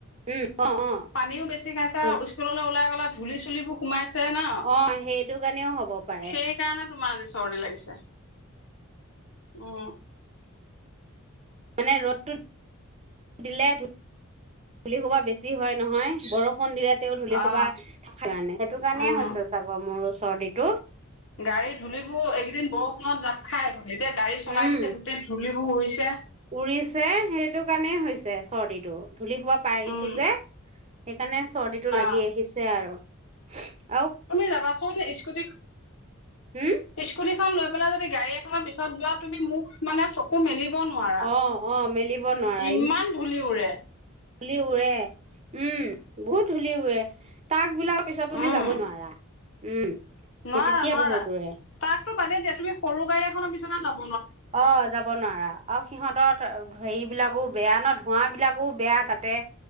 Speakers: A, on the right (about 30°); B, on the left (about 65°).
A: উম অ অ
B: পানীও বেছি খাইছা
A: ধুল
B: স্কুললৈ ওলাই গলা ধুলি চুলিবোৰ সোমাইছে ছে ন
A: অ সেইটো কাৰণেও হ'ব পাৰে
B: সেই কাৰণে তোমাৰ আজি চৰ্দি লাগিছে অ
A: মানে ৰ'দটো দিলে ধূল শোবা বেছি হয় নহয় বৰষুণ দিলে ধূলি
B: অ
A: খোবা থ কাৰণে সেইটো কাৰণে
B: উম
A: হৈছে চাগৰ মোৰ বডীটো
B: গাড়ী ধূলিবোৰ এইকেইদিন বৰষুণত লাত খাই তিয়া গড়ী চলাই
A: উম
B: দিছে গোটেই ধূলি বোৰ উৰিছে ছে
A: উৰিছে সেইটো কাৰণেই হৈছে চৰ্দিটো ধূলি সোপা পাই আহিছো
B: উম
A: যে সেইকাৰণে চৰ্দিটো লাগি
B: অ
A: আহিছে আৰু হয়
B: তুমি যাবা কোন স্কুটি
A: হম
B: স্কুটিখন লৈ পেলাই যাব গাড়ী এখনৰ পিছত যোৱা তুমি মোক মানে মূখ মেলিব নোৱাৰা
A: অ অ মেলিব নোৱাৰা
B: ইমান ধূলি উৰে
A: ধূলি উৰে উম বহুত ধূলি উৰে তাক বিলাৰ পিছত তুমি
B: উম
A: যাবই নোৱাৰা উম সেই
B: নোৱাৰা
A: তেতিয়া
B: নোৱাৰা
A: বহুত উৰে
B: তাকতো বাদে দিয়া তুমি সৰু গাড়ী এখনৰ বিছনা না
A: অঁ যাব নোৱাৰা আৰু সিহঁতৰ হেৰিবিলাকো বেয়া ন ধোঁৱা বিলাকো বেয়া তাতে